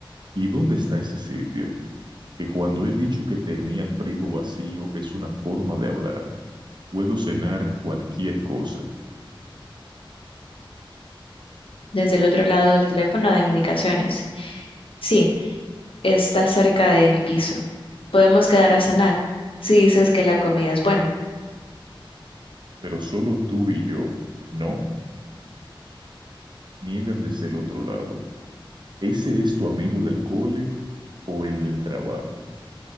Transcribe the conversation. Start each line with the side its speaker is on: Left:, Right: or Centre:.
Right: ¿Y dónde está ese sitio? que cuando he dicho que tenía el frigo vacío es una forma de hablar. Puedo cenar cualquier cosa,
Left: Desde el otro lado del teléfono dan indicaciones. Sí, está cerca de mi piso. Podemos quedar a cenar si dices que la comida es buena.
Right: pero solo tú y yo, ¿no? Niegan desde el otro lado. ¿Ese es tu amigo del cole o el del trabajo?